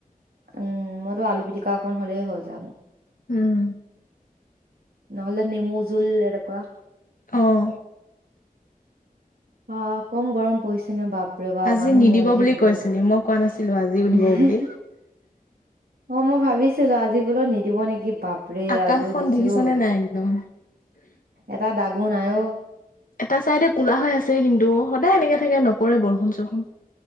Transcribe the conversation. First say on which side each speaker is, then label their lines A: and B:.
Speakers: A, on the right; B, on the left.
A: উম মইতো আলু পিটিকা অকণ হ'লেই হল যামো
B: উম
A: নহলে নেমু জোল এনেকুৱা
B: অহ।
A: অ কম গৰম পৰিছে নে বাপ ৰে বাপ
B: আজি
A: মানুহ
B: নিদিব
A: মৰি থাকিব
B: বুলি কৈছিলি মই কোৱা নাছিলো আজিও দিব
A: এহে
B: বুলি
A: হে অ মই ভাবিছিলো আজি বোলত নিদিব নেকি? বাপৰে
B: আকাশখন
A: আজিও দিছে
B: দেখিছনে
A: অ
B: নাই একদম
A: এটা দাগো নাই অ।
B: এটা চাইডে কুলা হৈ আছে কিন্তু সদায় এনেকে থাকে নপৰে বৰষুণ চৰষুণ